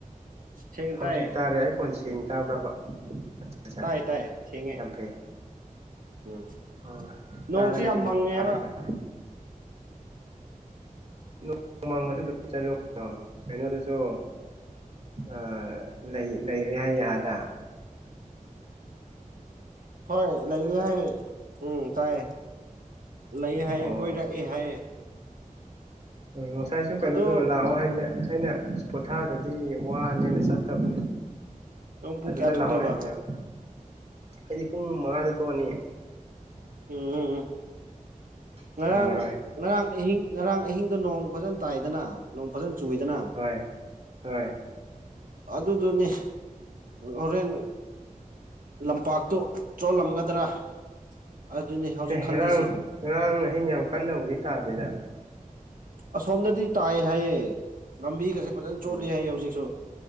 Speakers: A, on the right; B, on the right.
A: ꯁꯦꯡꯅ
B: ꯍꯧꯖꯤꯛ
A: ꯇꯥꯏꯌꯦ
B: ꯇꯥꯔꯦ ꯑꯩ ꯀꯣꯟꯁꯦ ꯊꯦꯡ ꯇꯥꯕ꯭ꯔꯕ ꯑꯠ ꯑꯠ
A: ꯇꯥꯏ ꯇꯥꯏ ꯁꯦꯡꯉꯦ
B: ꯌꯥꯝ ꯐꯩ
A: ꯎꯝ
B: ꯍ
A: ꯅꯣꯡꯁꯤ
B: ꯇꯥꯔꯒꯗꯤ
A: ꯌꯥꯝ ꯃꯪꯉꯦꯕ
B: ꯐꯔꯦ ꯐꯔꯦ ꯅꯣꯡꯣꯡꯃꯥꯡꯁꯨ ꯆꯂꯨ ꯀꯩꯅꯣꯗꯁꯨ ꯑ ꯂꯩ ꯂꯩꯔꯦ ꯍꯥꯏꯌꯦꯦ ꯑꯗ
A: ꯍꯣꯏ ꯂꯩꯦ ꯍꯥꯏ ꯎꯝ ꯇꯥꯏꯌꯦ ꯂꯩꯑ ꯍꯥꯏꯑꯌꯦ
B: ꯑꯣ
A: ꯀꯣꯏꯔꯛꯑꯦ ꯍꯥꯏꯑꯌꯦ
B: ꯎꯝ ꯉꯁꯥꯏꯁꯨ ꯀꯩꯅꯣꯁꯨ
A: ꯑꯗꯨ
B: ꯂꯥꯛꯑꯣ ꯍꯥꯏꯕꯅꯦ ꯑꯩꯅ ꯄꯣꯊꯥꯗꯗꯤ ꯋꯥꯅꯦꯅ ꯆꯠꯇꯕꯅꯦ
A: ꯅꯪ ꯄꯨꯡ
B: ꯑꯗꯨꯗ
A: ꯀꯌꯥ ꯊꯣꯛꯇꯣꯏꯕ
B: ꯂꯥꯛꯑꯣ ꯍꯥꯏꯕꯅꯦꯕ ꯍꯥꯏꯗꯤ ꯄꯨꯡ ꯃꯉꯥꯗ ꯊꯣꯛꯑꯅꯤ
A: ꯎꯝ ꯎꯝ ꯎꯝ
B: ꯁꯪꯉꯔꯣꯏ
A: ꯉꯔꯥꯡ ꯉꯔꯥꯡ ꯑꯍꯤꯡ ꯉꯔꯥꯡ ꯑꯍꯤꯡꯗ ꯅꯣꯡ ꯐꯖꯅ ꯇꯥꯏꯗꯅ ꯅꯣꯡ ꯐꯖꯅ ꯆꯨꯗꯅ
B: ꯍꯣꯏ ꯍꯣꯏ
A: ꯑꯗꯨꯗꯨꯅꯤ ꯍꯣꯔꯦꯟ ꯂꯝꯄꯥꯛꯇꯨ ꯆꯣꯜꯂꯝꯒꯗ꯭ꯔꯥ ꯑꯗꯨꯅꯤ ꯍꯧꯖꯤꯛ
B: ꯑꯦꯦ
A: ꯈꯜꯂꯤꯁꯦ
B: ꯉꯔꯥꯡ ꯉꯔꯥꯡ ꯑꯍꯤꯡ ꯌꯥꯝ ꯀꯟꯅꯕꯨꯗꯤ ꯇꯥꯗꯦꯗ
A: ꯑꯁꯣꯝꯗꯗꯤ ꯇꯥꯏ ꯍꯥꯏꯌꯦ ꯂꯝꯕꯤꯒꯁꯦ ꯐꯖꯅ
B: ꯑꯣ
A: ꯆꯣꯠꯂ ꯍꯥꯏꯌꯦ ꯍꯧꯖꯤꯛꯁꯨ